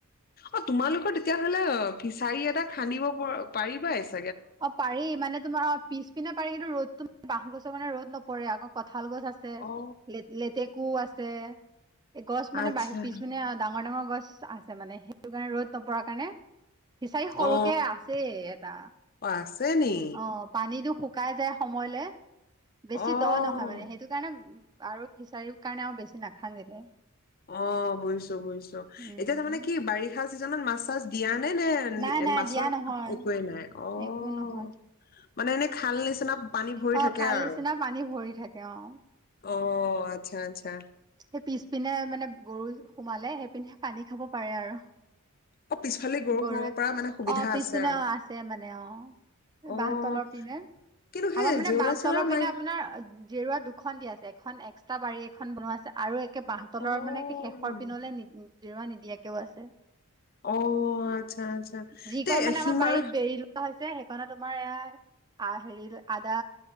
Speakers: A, on the left (about 40°); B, on the right (about 20°).
A: অ তোমালোকৰ তেতিয়া হলে ফিচাৰি এটা খান্দিব প পানিবাহিত চা
B: অ পাৰি মানে তোমাৰ পিছপিনে পাৰি কিন্তু ৰদ টো <unintelligible> বাঁহ গছৰ কাৰনে ৰদ নপ পৰে আকৌ কত শাল গছ আছে
A: অ
B: লেতলেতেকো আছে গছ মানে
A: আচ্ছা
B: বাহি পিছপিনে ডাঙৰ ডাঙৰ গছ চ আছে মানে হেইটো কাৰণে ৰ'দ নপৰা কাৰণে ফিচাৰী হৰুকে
A: অ
B: আছেই এটা
A: অ আছে নি
B: অ' পানী টো শুকাই যায় সময় লে বেছি
A: অ
B: দ' নহয় মানে হেইটো কাৰণে আৰু ফিচাৰিৰ কাৰণে বেছি নাখান্দিলে
A: অহ বুইচু বুইচু,
B: উম
A: এতিয়া তাৰমানে কি বাৰিষা ছিজনত মাছ চাছ দিয়া নে নে
B: নাই নাই
A: মাছৰ
B: দিয়া নহয়
A: একো এ নাই আকৌ,
B: একো নহয়
A: অ, মানে এনেই খাল নিচিনা পানী ভৰি
B: অ
A: থাকে
B: খাল
A: আৰু!
B: নিচিনা পানী ভৰি থাকে অ
A: অঃ আত্চা আত্চা
B: এই পিছপিনে মানে গৰু সোমালে সেইপিনে পানী খাব পাৰে আৰু
A: অ', পিছফালে গৰু
B: গৰুৱে,
A: সোমাব পৰা মানে সুবিধা
B: অ পিছপিনে
A: আছে আৰু
B: অ আছে মানে অ,
A: অ',
B: বাঁহ তলৰ পিনে,
A: কিন্তু সেই
B: আমাৰ মানে
A: জেওৰা
B: বাঁহ
A: চেওৰা
B: তলৰ পিনে
A: মাৰি
B: আপোনাৰ জেওৰা দুখ, খন দিয়া আছে এখন এক্সট্ৰা বাৰী এখন বনোৱা আছে আছে আৰু এ কে বাঁহ তলৰ
A: অ',
B: মানে একে শেষৰ পিনলে নিদি জেওৰা নিদিয়াকে কেও আছে,
A: অহ আত্চা আত্চা,
B: যিকণ
A: তে সীমা
B: আমাৰ বাৰীত বেৰি লোৱা হৈছে সেইকণত মানে তোমাৰ এইয়া আ হেৰী আদা